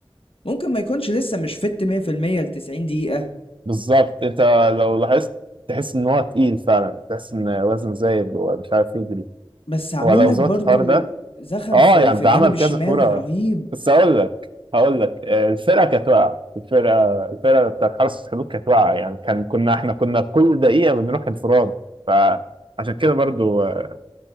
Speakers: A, on the left; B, on the right.
A: ممكن ما يكونش لسه مش فت 100% ل 90 دقيقة
B: بالظبط انت لو لاحظت تحس ان هو تقيل فعلا تحس ان وزنه زايد ومش عارف يجري
A: بس عامل
B: هو لو
A: لك
B: ظبط
A: برضو
B: الحوار ده
A: زخم
B: اه
A: في
B: يعني
A: في
B: ده
A: الجانب
B: عمل
A: الشمال
B: كذا كرة
A: رهيب
B: بس هقول لك هقول لك آه، الفرقة كانت واقعة الفرقة الفرقة بتاعت حرس الحدود كانت واقعة يعني كان كنا احنا كنا كل دقيقة بنروح انفراد فعشان كده برضو آه،